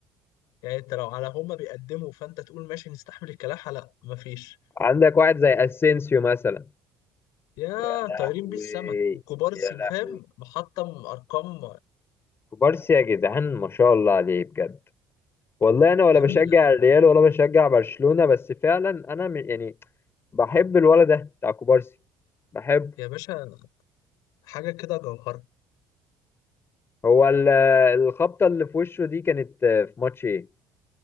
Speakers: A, on the left (about 65°); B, on the left (about 35°).
A: يعني انت لو على هما بيقدموا فانت تقول ماشي نستحمل الكلاحه لا مفيش
B: عندك واحد زي اسينسيو مثلا
A: يا
B: يا
A: طايرين
B: لهوي
A: بيه السما وكوبارسي
B: يا لهوي
A: فاهم محطم ارقام
B: كوبارسي يا جدعان ما شاء الله عليه بجد والله انا ولا
A: يا
B: بشجع
A: ابني لا
B: الريال ولا بشجع برشلونه بس فعلا انا م- يعني بحب الولد ده بتاع كوبارسي بحبه
A: يا باشا حاجه كده جوهره
B: هو ال- الخبطة اللي في وشه دي كانت آه، في ماتش ايه؟